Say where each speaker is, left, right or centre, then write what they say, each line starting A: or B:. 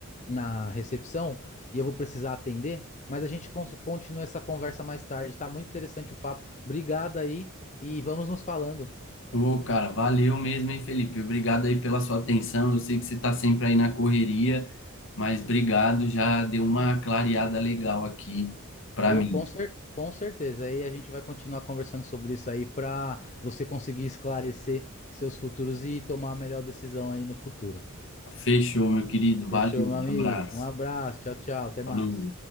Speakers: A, on the left (about 35°); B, on the left (about 60°).
A: na recepção e eu vou precisar atender, mas a gente con- continua essa conversa mais tarde. Tá muito interessante o papo. Obrigado aí e vamos nos falando.
B: Ô, cara, valeu mesmo, hein, Felipe? Obrigado aí pela sua atenção. Eu sei que você está sempre aí na correria, mas obrigado, já deu uma clareada legal aqui para
A: ou
B: mim.
A: com cer- com certeza. Aí a gente vai continuar conversando sobre isso aí para você conseguir esclarecer seus futuros e tomar a melhor decisão aí no futuro.
B: Fechou, meu querido. Valeu,
A: Fechou, meu amigo?
B: um abraço.
A: Um abraço, tchau, tchau, até mais.
B: Falou.